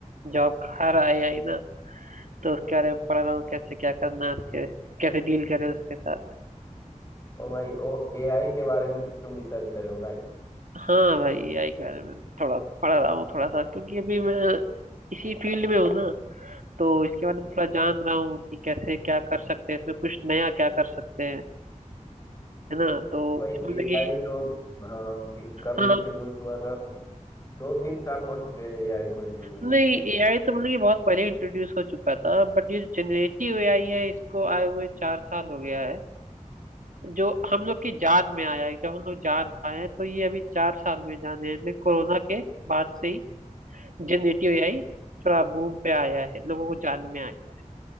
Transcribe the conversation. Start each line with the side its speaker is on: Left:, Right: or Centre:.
Right: जॉब हर आई आई ना तो उसके बारे में पढ़ रहा हूँ कैसे क्या करना है उसके कैसे डील करें उसके साथ
Left: हो? ओ भाई ओ एआई के बारे में तो तुम रिसर्च कर रहे हो राइट
Right: हाँ भाई ए आई के बारे में थोड़ा पढ़ रहा हूँ थोड़ा सा क्योंकि अभी मैं इसी फील्ड में हूँ ना तो इसके बारे में थोड़ा जान रहा हूँ कि कैसे क्या कर सकते हैं इसमें कुछ नया क्या कर सकते हैं है ना तो
Left: भाई
Right: इसमें मतलब
Left: एआई
Right: कि
Left: तो हाँ कि कब
Right: हाँ
Left: इंट्रोड्यूस हुआ था दो तीन साल हो चुके हैं एआई को इंट्रोड्यूस
Right: नहीं
Left: हुए
Right: एआई तो मतलब कि बहुत पहले इंट्रोड्यूस हो चुका था बट ये जनरेटिव एआई है इसको आए हुए चार साल हो गया है जो हम लोग की जान में आया है जब हम लोग जान पाए हैं, तो ये अभी चार साल में जाने हैं लेकिन कोरोना के बाद से ही जनरेटिव एआई थोड़ा बूम पे आया है लोगों को जान में आया है।